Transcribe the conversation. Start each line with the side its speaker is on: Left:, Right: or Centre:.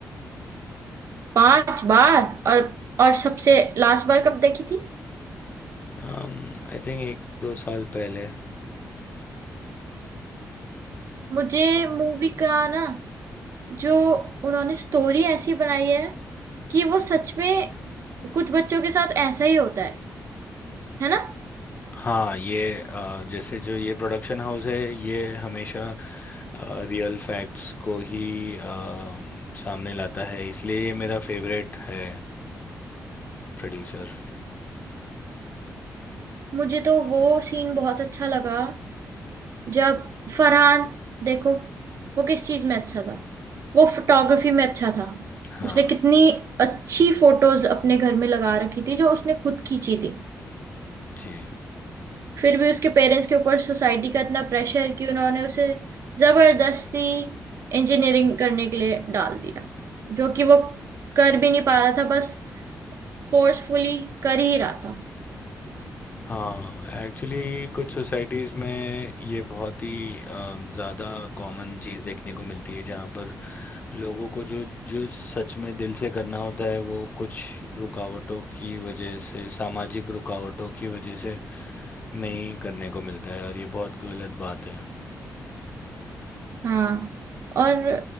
Right: पांच बार और और सबसे लास्ट बार कब देखी थी
Left: आई थिंक एक दो साल पहले
Right: मुझे मूवी का ना जो उन्होंने स्टोरी ऐसी बनाई है कि वो सच में कुछ बच्चों के साथ ऐसा ही होता है है ना
Left: हाँ ये अ, जैसे जो ये प्रोडक्शन हाउस है ये हमेशा रियल फैक्ट्स को ही अ, सामने लाता है इसलिए ये मेरा फेवरेट है प्रोड्यूसर
Right: मुझे तो वो सीन बहुत अच्छा लगा जब फरहान देखो वो किस चीज में अच्छा था वो फोटोग्राफी में अच्छा था
Left: हाँ
Right: उसने कितनी अच्छी फोटोज अपने घर में लगा रखी थी जो उसने खुद खींची थी
Left: जी
Right: फिर भी उसके पेरेंट्स के ऊपर सोसाइटी का इतना प्रेशर कि उन्होंने उसे जबरदस्ती इंजीनियरिंग करने के लिए डाल दिया जो कि वो कर भी नहीं पा रहा था बस फोर्सफुली कर ही रहा था
Left: हाँ एक्चुअली कुछ सोसाइटीज़ में ये बहुत ही अ, ज़्यादा कॉमन चीज़ देखने को मिलती है जहाँ पर लोगों को जो जो सच में दिल से करना होता है वो कुछ रुकावटों की वजह से सामाजिक रुकावटों की वजह से नहीं करने को मिलता है और ये बहुत गलत बात है
Right: हाँ और